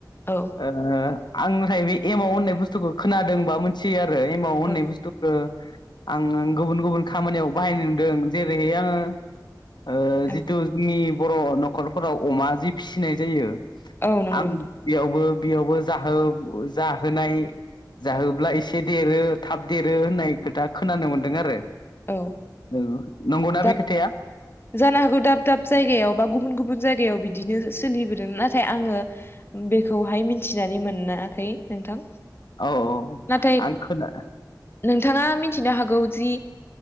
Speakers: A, on the left; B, on the left.
A: औ
B: ओ आंनिफ्राय बे एमाव होननाय बुस्थुखौ खोनादोंबा मानसिया आरो एमाव होन्नाय
A: औ
B: बुस्थुखो आं आं गुबुन गुबुन खामानियाव बाहायनाय नुदों जेरैहाय आङो ओ
A: औ
B: जिथु जोंनि बर' न'खरफोराव अमा जि फिसिनाय जायो।
A: औ नंगौ
B: आं
A: नोंथां
B: बेयावबो बेयावबो जाहो जाहोनाय- जाहोब्ला एसे देरो थाब देरो होननाय खोथा खोनानो मोन्दों आरो।
A: औ
B: औ नंगौना
A: दा
B: बे खोथाया?
A: जानो हागौ दाब दाब जायगायाव बा गुबुन गुबुन जायगायाव बिदिनो सोलिबोदों नाथाय आङो बेखौहाय मिथि मिथिनानै मोनाखै नोंथां।
B: औ
A: नाथाय
B: आं खोना
A: नोंथाङा मि थिनो हागौदि